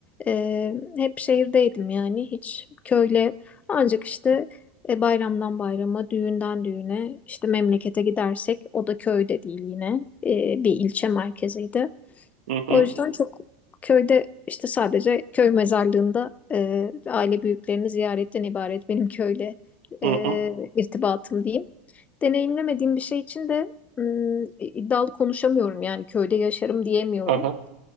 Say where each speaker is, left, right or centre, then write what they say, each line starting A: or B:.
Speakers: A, on the left (about 25°); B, on the right (about 80°).
A: E, hep şehirdeydim yani. Hiç köyle ancak işte e, bayramdan bayrama, düğünden düğüne, işte memlekete gidersek o da köyde değil yine. E, bir ilçe merkeziydi.
B: Hı hı.
A: O yüzden çok köyde işte sadece köy mezarlığında e, aile büyüklerini ziyaretten ibaret benim köyle
B: Hı
A: e,
B: hı. Hı hı.
A: irtibatım diyeyim. Deneyimlemediğim bir şey için de ım, iddialı konuşamıyorum yani köyde yaşarım diyemiyorum.
B: Aha.